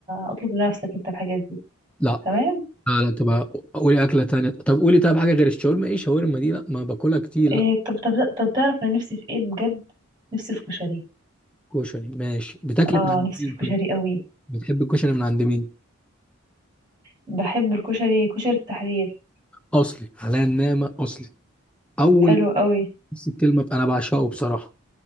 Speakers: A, on the right (about 20°); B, in the centre.
A: اطلب لنفسك انت الحاجات دي
B: لا
A: تمام
B: لا لا تبقى قولي أكلة تانية طب قولي طب حاجة غير الشاورما إيه شاورما دي لا ما باكلها كتير
A: إيه
B: لا
A: طب طب طب تعرف انا نفسي في ايه بجد نفسي في كشري
B: والكشري ماشي بتاكلي
A: اه
B: من عند
A: نفسي
B: مين
A: في كشري
B: طيب؟
A: قوي
B: بتحب الكشري من عند مين
A: بحب الكشري كشري التحرير
B: أصلي على النعمة أصلي أول
A: حلو قوي
B: بس الكلمة بقى أنا بعشقه بصراحة